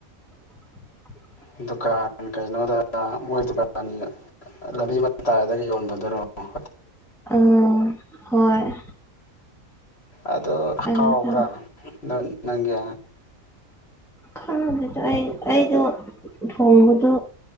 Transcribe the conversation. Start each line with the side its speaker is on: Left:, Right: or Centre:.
Centre: <unintelligible> <inaudible>
Left: ꯗꯨꯀꯥꯟ ꯀꯩꯅꯣꯗ ꯃꯣꯏ ꯗꯨꯀꯥꯟꯅꯤ ꯂꯝꯕꯤ ꯑꯃ ꯇꯥꯔꯗꯒ ꯌꯣꯟꯕꯗꯨꯔꯣ ꯍꯣꯏ
Centre: ꯑ ꯍꯣꯏ
Left: ꯑꯣ
Centre: ꯑꯗꯨꯗ
Left: ꯍꯥꯎꯕ꯭ꯔꯥ ꯅꯪꯒꯤ
Centre: ꯈꯥꯡꯉꯦꯗ ꯑꯩ ꯑꯩꯗꯣ ꯊꯣꯡꯕꯗꯣ